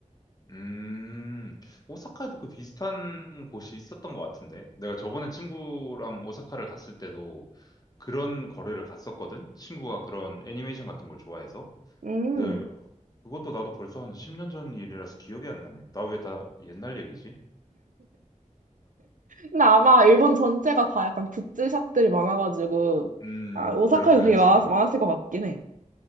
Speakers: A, on the left; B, on the right.
A: 음, 오사카에도 그 비슷한 곳이 있었던 것 같은데. 내가 저번에 친구랑 오사카를 갔을 때도 그런 거래를 갔었거든? 친구가 그런 애니메이션 같은 걸 좋아해서.
B: 음.
A: 네, 그것도 나도 벌써 한 10년 전 일이라서 기억이 안 나네. 나 왜 다 옛날 얘기지?
B: 근데 아마 일본 전체가 다 약간 굿즈샵들이 많아가지고,
A: 음,
B: 아, 오사카에도
A: 그렇긴
B: 되게
A: 하지.
B: 많았, 많았을 것 같긴 해.